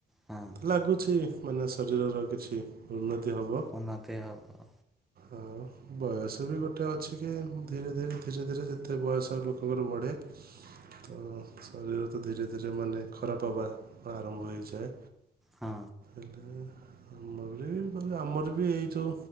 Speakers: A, in the centre; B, on the right.
A: ହଁ।
B: ଲାଗୁଛି। ମାନେ ଶରୀରର। କିଛି ଉନ୍ନତି। ହେବ
A: ଓତି ହେବ।
B: ଆଉ ବୟସ ବି ଗୋଟେ ଅଛି କି ଧୀରେ ଧୀରେ ଧୀରେ ଧୀରେ ଯେତେ ବୟସ ଲୋକଙ୍କର ବଢ଼େ ତ ଶରୀର ତ ଧୀରେ ଧୀରେ ମାନେ ଖରାପ ହେବା ଆରମ୍ଭ ହୋଇଇଯାଏ।
A: ହଁ
B: ଆଲ। ଆମର ବି ଆମର ବି ଏଇ ଯୋଉ